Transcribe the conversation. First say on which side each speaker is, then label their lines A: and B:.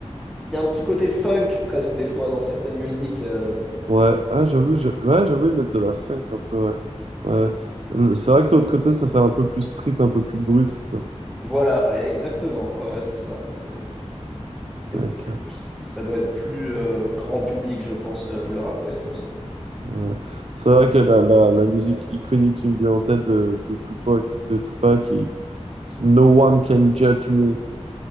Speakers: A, in the centre; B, on the right (about 65°).
A: Il y a un petit côté funk presque des fois dans certaines musiques. euh,
B: Ouais, ah, j'avoue, je- ouais, j'avoue, ils mettent de la funk un peu, ouais. Ouais. Le- C'est vrai que l'autre côté, ça fait un peu plus street, un peu plus brut, quoi.
A: Voilà, exactement. Ouais, ouais, c'est ça. C'est, c'est
B: Ok,
A: plus- ça doit être plus euh, grand public, je pense, le, le rap West Coast.
B: ouais. C'est vrai que la, la, la musique iconique qui me vient en tête de, de Tupac, de Tupac, il- c'est No One Can Judge Me.